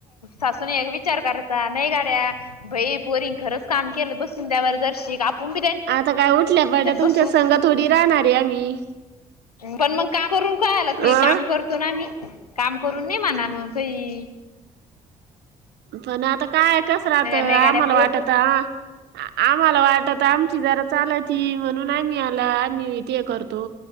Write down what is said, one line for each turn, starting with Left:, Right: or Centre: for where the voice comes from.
Left: सासून न एक विचार करत. नाही गाड्या भई पोरींग खरंच काम केलं बसून त्यावर जर्शिक आपून बी त्यां
Right: आता काय उठल्या पण
Left: त्यात
Right: तुमच्या
Left: बसू
Right: संघात थोडी राहणार आहे आम्ही
Left: पण मग का करून काय आला तुम्ही
Right: अ
Left: काम करतो ना मी काम करून नाही म्हणा मग काई
Right: पण आता काय कस राहत आम्हाला
Left: नाही गाड्या पोच
Right: वाटत आम्हाला वाटत आम जरा चाल ती म्हणून आ मी आला आम्ही ते करतो.